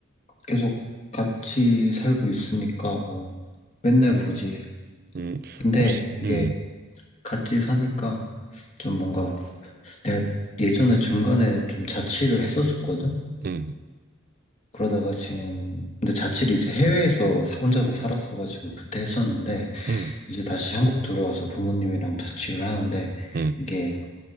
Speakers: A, on the left; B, on the right.
A: 계속 같이 살고 있으니까 뭐 맨날
B: 음,
A: 보지.
B: 음
A: 근데
B: 혹시
A: 이게
B: 음
A: 같이 사니까 좀 뭔가 내가 예전에 중간에 좀 자취를 했었었거든?
B: 음
A: 그러다가 지금, 근데 자취를 이제 해외에서 사- 혼자서 살았어가지고 그때 했었는데
B: 음
A: 이제 다시 한국 들어와서 부모님이랑 자취를 하는데
B: 음
A: 이게